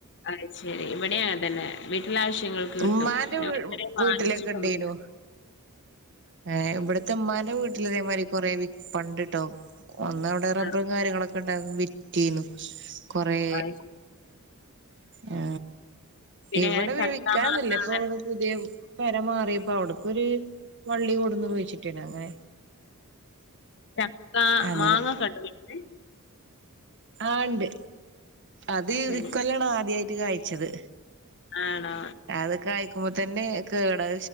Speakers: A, on the left (about 55°); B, on the right (about 55°).
A: ആഹ് ശരി ഇവിടെയാ അങ്ങനെ തന്നെ വീട്ടി ക്ക് എല്ലാ ആവശ്യങ്ങൾക്ക്
B: ഉമ്മാന്റെ
A: കിട്ടും ഞങ്ങൾ
B: വീ
A: ഇതുവരെ
B: വീട്ടിലൊക്കെ
A: വാങ്ങിച്ചിട്ട്
B: ഇണ്ടേനു
A: ഒന്നുമില്ല.
B: ഏഹ് ഇവിടത്തെ ഉമ്മാന്റെ വീട്ടിലതേമാരി കൊറെ വിത്ത് ഉണ്ടക്കട്ടോ. ഒന്ന് അവിടെ റബ്ബറും
A: ആ
B: കാര്യങ്ങളൊക്കെ ഉണ്ടായിരുന്നു വിറ്റിനു കൊറെ.
A: അത് ശ
B: ആ
A: പിന്നെ
B: ഇവിടെ
A: ഇങ്ങനെ
B: വി
A: ചക്ക
B: വിക്കാനോന്നില്ല
A: മാങ്ങ
B: ഇപ്പ
A: അങ്ങനെ
B: ഇവിടെ പുതിയ പരമാ പ്പ അവിടക്കൊരു വള്ളി കൊടുന്നു കുഴിച്ചിട്ടീനു അങ്ങനെ
A: ചക്ക
B: അങ്ങനെ
A: മാങ്ങ ക്കെ ഇണ്ടോ വീട്ടിൽ
B: ആണ്ട് അത്
A: ശരി
B: ഇ കൊല്ലാണ് ആദ്യായിട്ട് കാഴിച്ചത്
A: ആണോ
B: അത് കയിക്കുമ്പോ തന്നെ കേട